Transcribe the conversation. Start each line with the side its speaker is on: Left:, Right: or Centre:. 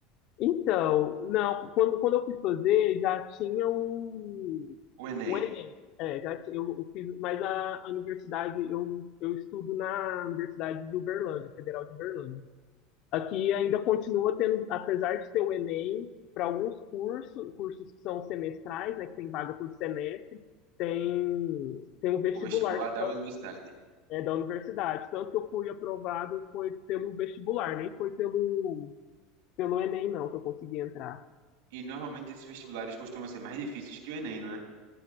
Left: Então, não, quando, quando eu fui fazer, já tinha o,
Right: O Enem,
Left: o Enem. É, já tinha, eu, eu fiz, mas a, a universidade, eu, eu estudo na Universidade de Uberlândia, Federal de Uberlândia. Aqui ainda continua tendo, apesar de ter o Enem, para alguns cursos, cursos que são semestrais, né, que tem vaga todo semestre, tem, tem um vestibular
Right: o vestibular
Left: que
Right: da
Left: ainda
Right: universidade.
Left: é da universidade. Tanto que eu fui aprovado foi pelo vestibular, nem foi pelo, pelo Enem, não, que eu consegui entrar.
Right: E normalmente esses vestibulares costumam ser mais difíceis que o Enem, não é?